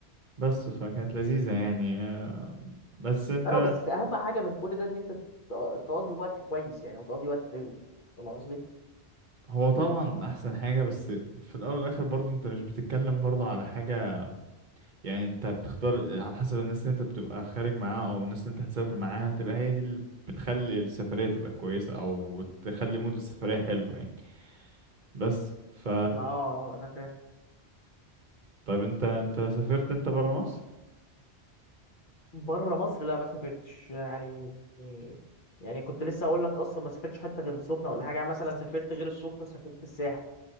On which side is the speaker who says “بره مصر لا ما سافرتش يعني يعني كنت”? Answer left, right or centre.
Left